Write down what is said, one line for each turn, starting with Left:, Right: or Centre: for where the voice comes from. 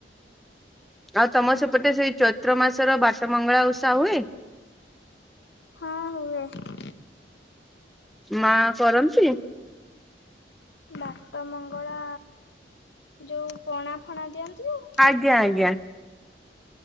Centre: ଆଉ ତମ ସେପଟେ ସେଇ ଚୈତ୍ର ମାସର ବାଟ ମଙ୍ଗଳା ଓଷା ହୁଏ?
Left: ହଁ ହୁଏ।
Centre: ମା କରନ୍ତି?
Left: ବାଟ ମଙ୍ଗଳା, ଯୋଉ ପଣା ଫଣା ଦିଅନ୍ତି ଯୋଉ?
Centre: ଆଜ୍ଞା ଆଜ୍ଞା।